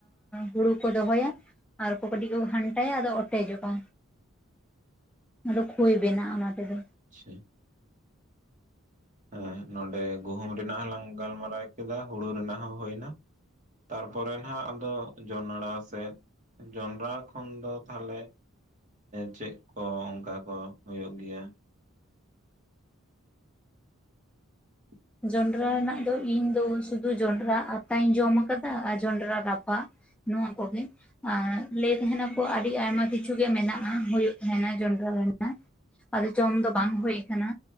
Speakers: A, in the centre; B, on the right (about 35°).
A: ᱦᱩᱲᱩ ᱠᱚ ᱫᱚᱦᱚᱭᱟ ᱟᱨ ᱠᱟᱹᱴᱤᱡ ᱠᱚ ᱜᱷᱟᱱᱴᱟᱭᱟ ᱟᱫᱚ ᱚᱴᱮᱡᱚᱜᱼᱟ, ᱟᱫᱚ ᱠᱷᱳᱭ ᱵᱮᱱᱟᱜᱼᱟ᱾ ᱚᱱᱟ ᱛᱮᱫᱚ
B: ᱪᱷᱟ᱾ ᱦᱮᱸ ᱱᱚᱸᱰᱮ ᱜᱩᱦᱩᱢ ᱨᱮᱱᱟᱜ ᱦᱚᱸᱞᱟᱟᱝ ᱜᱟᱞᱢᱟᱨᱟᱣ ᱠᱮᱫᱟ ᱦᱩᱲᱩ ᱨᱮᱱᱟᱜ ᱦᱚᱸ ᱦᱩᱭᱱᱟ᱾ ᱛᱟᱨᱯᱚᱨᱮ ᱦᱟᱜ ᱱᱟᱜ ᱟᱫᱚ ᱡᱚᱱᱲᱟ ᱥᱮᱫ ᱡᱚᱱᱰᱨᱟ ᱠᱷᱚᱱ ᱫᱚ ᱛᱟᱦᱚᱞᱮ ᱪᱮᱫ ᱠᱚ ᱚᱱᱠᱟ ᱠᱚ ᱦᱩᱭᱩᱜ ᱜᱮᱭᱟ <inaudible>
A: ᱡᱚᱸᱰᱨᱟ ᱨᱮᱱᱟᱜ ᱫᱚ ᱤᱧ ᱫᱚ ᱥᱩᱫᱷᱩ ᱡᱚᱸᱰᱨᱟ ᱟᱛᱟᱧ ᱡᱚᱢ ᱟᱠᱟᱫᱟ ᱟᱨ ᱡᱚᱸᱰᱨᱟ ᱨᱟᱯᱟᱜ ᱱᱚᱣᱟ ᱠᱚᱜᱮ ᱟᱨ ᱞᱟᱹᱭ ᱛᱟᱦᱮᱱᱟᱠᱚ ᱟᱹᱰᱤ ᱟᱭᱢᱟ ᱠᱤᱪᱷᱩ ᱜᱮ ᱢᱮᱱᱟᱜᱼᱟ, ᱦᱩᱭᱩᱜ ᱛᱟᱦᱮᱱᱟ ᱡᱚᱱᱰᱨᱟ ᱨᱮᱱᱟᱜ ᱟᱫᱚ ᱡᱚᱢ ᱫᱚ ᱵᱟᱝ ᱦᱩᱭ ᱟᱠᱟᱱᱟ